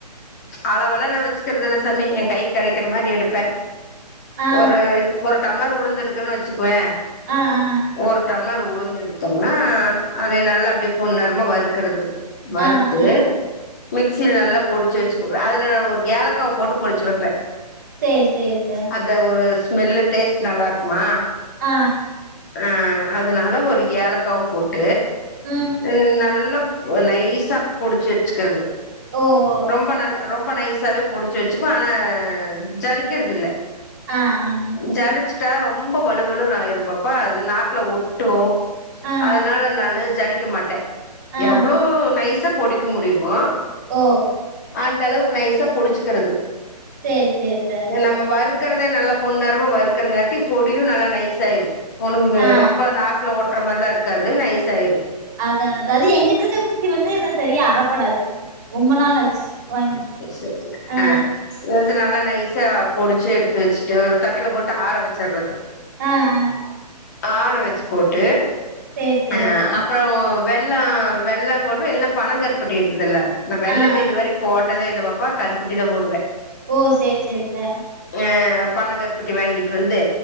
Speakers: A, on the left; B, on the right.
A: அளவெல்லா நா வச்சிக்குறது இல்ல சாமி என் கை கிடைக்கிற மாறி எடுப்பேன்
B: ஆ
A: ஒரு ஒரு டம்ளர் உளுந்து எடுக்குறன்னு வச்சுக்குவே
B: ஆ ஆ
A: ஒரு டம்ளர் உளுந்து எடுத்தோம்னா அதே நல்லா அப்பிடியே பொண்நிரமா வறுக்கிறது வறுத்து
B: ஆ ஆ ஆ
A: மிக்சியில நல்லா பொடிச்சி வச்சுக்குவே அதுலே ஒரு ஏலக்காய போட்டு பொடிச்சி வைப்பேன்
B: சரி சரி அத்தை.
A: அந்த ஒரு ஸ்மெல்லு டேஸ்ட் நல்லா இருக்குமா
B: ஆ
A: அ அதனால ஒரு ஏலக்காவ போட்டு
B: ம்
A: ம் நல்ல நைஸா பொடிச்சு வச்சிகறது
B: ஓ ஓ
A: ரொம்ப நல் ரொம்ப நைஸாவே பொடிச்சு வச்சுக்கோ ஆனா ஜலிக்கிறது இல்ல
B: ஆ ஆ
A: ஜலிச்சுட்டா ரொம்ப வலுவலுனு ஆயிரு பாப்பா அது நாக்குல ஒட்டு
B: ஆ ஆ
A: அதனால நானு ஜலிக்க மாட்ட
B: ஆ
A: எவ்ளோ நைசா பொடிக்க முடியுமோ
B: ஓ
A: அந்த அளவுக்கு நைசா பொடிச்சுகறது
B: சரி சரி அத்தை.
A: நம்ம வரு க்கறதே நல்ல பொண்ணரமா வறுக்கறங்காட்டி பொடியு நல்லா நைஸ் ஆய்ரு ஒ
B: ஆ
A: ரொம்ப நாக்குல ஒட் ட்ற மாரிலா இருக்காது நைஸ் ஆய்ரு
B: அத அது எங்கிட்ட இருக்க மிக்சி வந்து ந சரியா அரப்படாது ரொம்ப நாள் ஆச்சு வாங்கி
A: ச ச
B: ஆ
A: அ இது நல்லா நைஸா பொடிச்சு எடுத்து வச்சுட்டு ஒரு தட்டுல போட்டு ஆற வச்சுர்றது
B: அ அ அ
A: ஆற வச்சு போட்டு
B: சரி சரி
A: அ
B: அத்தை.
A: அப்புறோ வெள்ளோ வெள்ளோ போடுவ இல்ன்னா பணங்கருப்பட்டி இருக்குதுல்ல ந வெள்ளமே
B: ஆ ஆ.
A: இது வரைக் போட்டதே இல்ல பாப்பா கருப்பட்டி தா போடுவ
B: ஓ சேர் சேரித்த
A: அ பனங்கருப்பட்டி வாங்கிட்டு வந்து